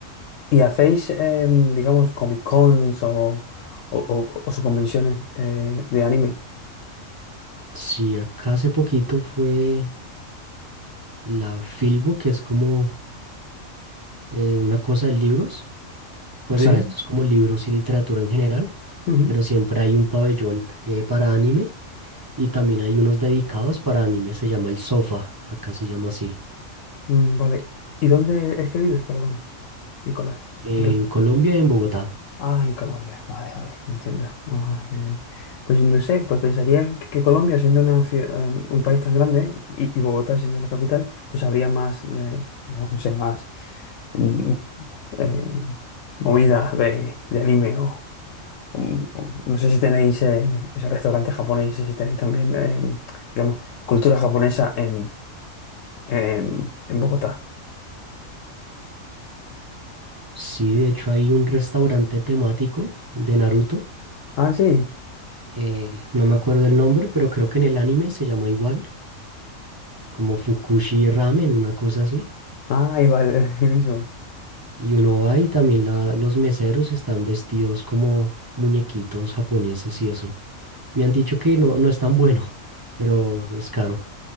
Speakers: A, on the left; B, on the right.
A: ¿Y hacéis, em, digamos, Comic Cons o, o, o- o sus convenciones eh, de anime?
B: Sí, acá hace poquito fue la Filbo, que es como eh, una cosa de libros. Pues
A: Sí.
B: nada, esto es como libros y literatura en general,
A: Ujú.
B: pero siempre hay un pabellón eh, para anime y también hay unos dedicados para anime, se llama el Sofa, acá se llama así,
A: Mm, vale. ¿Y dónde es que vives, perdón, Nicolás?
B: en
A: ¿En qué,
B: Colombia, en Bogotá.
A: Ah, en Colombia, vale, vale, entiendo. Ah, qué bien. Pues no sé, pues pensaría que que Colombia, siendo una cie- eh, un país tan grande y, y Bogotá siendo la capital, pues habría más, de, digamos, no sé, más mm, eh, movidas de, de anime o, o- o- no sé si tenéis eh, esos restaurantes japoneses, si tenéis también, eh, digamos, cultura japonesa en, en, en Bogotá.
B: Sí, de hecho hay un restaurante temático de Naruto.
A: Ah, sí.
B: eh, no me acuerdo el nombre, pero creo que en el anime se llamó igual, como Fukushi Ramen, una cosa así.
A: Ah, igual, <laughs> buenísimo.
B: Y uno va y también la- los meseros están vestidos como muñequitos japoneses y eso. Me han dicho que no, no es tan bueno, <laughs> pero es caro.